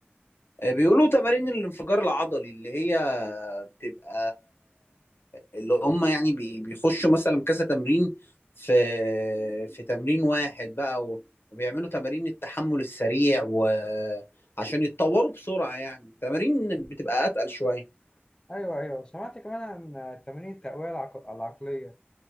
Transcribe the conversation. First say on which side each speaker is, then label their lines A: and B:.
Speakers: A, on the left; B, on the left.
A: آه، بيقولوا تمارين الانفجار العضلي اللي هي بتبقى اللي هم يعني بي- بيخشوا مثلا كذا تمرين في في تمرين واحد بقى و- وبيعملوا تمارين التحمل السريع وعشان يتطوروا بسرعة يعني تمارين بتبقى أتقل شوية
B: أيوه أيوه سمعت كمان عن تمارين التقوية العق- العقلية،